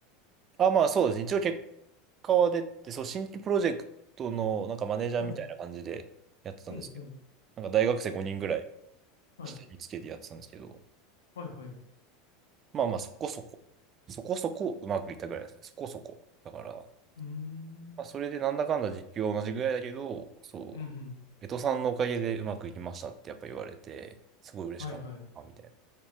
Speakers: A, on the right; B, on the left.
A: あ、まあそうですね。一応結果は出て、そう、新規プロジェクトのなんかマネージャーみたいな感じでやってたんですけど、
B: はい。うんうん。
A: なんか大学生5人ぐらい
B: はい。
A: 下につけてやってたんですけど、
B: はいはい。う
A: まあまあそこそこ、そこそこうまくいったぐらいですね。そこそこ。だから、
B: ーん。
A: まあ、それでなんだかんだ実況は同じぐらいだけど、そう、
B: うんうん。
A: 江戸さんのおかげでうまくいきましたってやっぱ言われて、すごい嬉しかったみたい
B: はいはい。